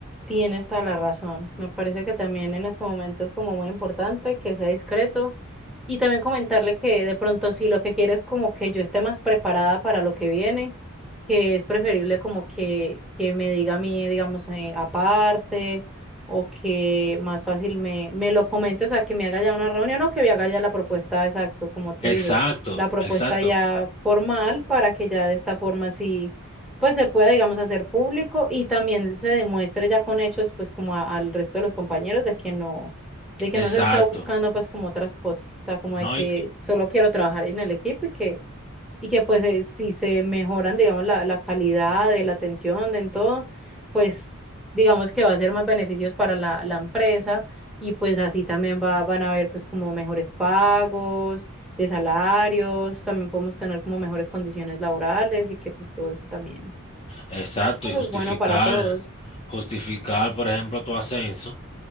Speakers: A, in the centre; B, on the left (about 25°).
A: tienes toda la razón. Me parece que también en este momento es como muy importante que sea discreto y también comentarle que de pronto si lo que quiere es como que yo esté más preparada para lo que viene, que es preferible como que, que me diga a mí, digamos, eh, aparte o que más fácil me, me lo comente, o sea, que me haga ya una reunión o que me haga ya la propuesta, exacto, como tú
B: Exacto,
A: dices, la propuesta
B: exacto,
A: ya formal para que ya de esta forma sí pues se pueda, digamos, hacer público y también se demuestre ya con hechos, pues como a- al resto de los compañeros de que no, de que
B: exacto.
A: no se está buscando pues como otras cosas, o sea, como
B: No,
A: de que
B: y,
A: solo quiero trabajar en el equipo y que, y que pues eh, si se mejoran, digamos, la, la calidad de la atención en todo, pues digamos que va a ser más beneficios para la, la empresa y pues así también va, van a haber pues como mejores pagos. de salarios, también podemos tener como mejores condiciones laborales y que pues todo eso también
B: Exacto,
A: pues
B: y
A: es
B: justificar,
A: bueno para todos.
B: justificar, por ejemplo, tu ascenso